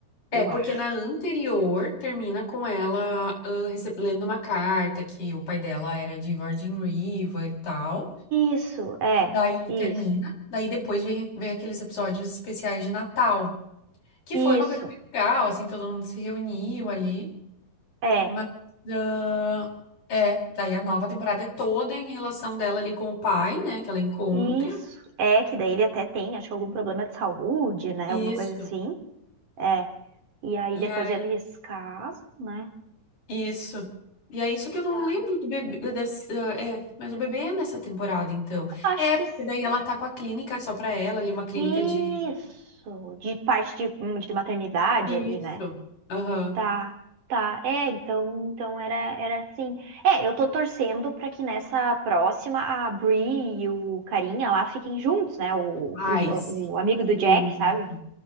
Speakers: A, on the left (about 85°); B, on the right (about 85°).
A: É,
B: eu
A: porque
B: acho.
A: na anterior termina com ela ah, rece- lendo uma carta que o pai dela era de Virgin River e tal.
B: Isso, é,
A: Daí
B: isso,
A: termina, daí depois vem, vem aqueles episódios especiais de Natal, que
B: isso,
A: foi uma coisa bem legal, assim, todo mundo se reuniu ali,
B: é.
A: mas ah, é, daí a nova temporada é toda em relação dela ali com o pai, né, que ela encontra.
B: Isso. É, que daí ele até tem, acho que algum problema de saúde, né?
A: Isso.
B: Alguma coisa assim. É. E aí
A: E
B: depois
A: aí,
B: eles casam, né?
A: isso. E aí, só que eu não
B: Tá.
A: lembro do bebê, dessa, é, mas o bebê é nessa temporada, então.
B: Acho
A: É,
B: que
A: porque
B: s-
A: daí ela tá com a clínica só pra ela ali, uma clínica
B: isso.
A: de...
B: De parte de, hum, de maternidade
A: Isso.
B: ali, né?
A: Aham.
B: Tá. Tá. É, então, então era, era assim. É, eu tô torcendo pra que nessa próxima a Bree e o carinha lá fiquem juntos, né? O,
A: Ai,
B: irmão-
A: sim.
B: o amigo do
A: Como
B: Jack, sabe?